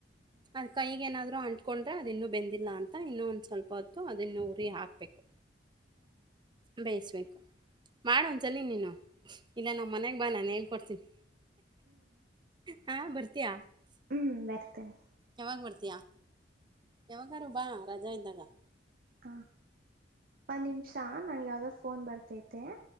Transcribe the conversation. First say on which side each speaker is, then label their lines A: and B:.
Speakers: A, on the right; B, on the right.
A: ಅದ್ ಕೈಗ ಏನಾದ್ರೂ ಅಂಟ <unintelligible> ಕೊಂಡ್ರೆ ಅದ ಇನ್ನು ಬೆಂದಿಲ್ಲ ಅಂತ ಇನ್ನು ಒಂದ್ ಸ್ವಲ್ಪ ಹೊತ್ತು ಅದನ್ನು ಉರಿ ಹಾಕ್ಬೇಕು ಬೇಯಸ್ಬೇಕು ಮಾಡೋ ಒಂದಸಲ ನೀನು ಇಲ್ಲ ನಮ್ಮ್ ಮನೆ ಬಾ ನಾನು ಏನ್ ಕೊಡ್ತೀನಿ ಹಾ ಬರ್ತ ತ್ಯ <unintelligible>
B: ಹ್ಮ್ ಬರ್ತೇನೆ
A: ಯಾವಾಗ ಬರ್ತೀಯಾ ಯವಾಗಾರು ಬಾ ರಜ ಇದಂದಾಗ
B: ಹಾ ಮ ನಿಮ ಶಾ <unintelligible> ನಂಗೆ ಯಾವ್ದ್ ಫೋನ್ ಬರ್ತೈತಿ ಹೈ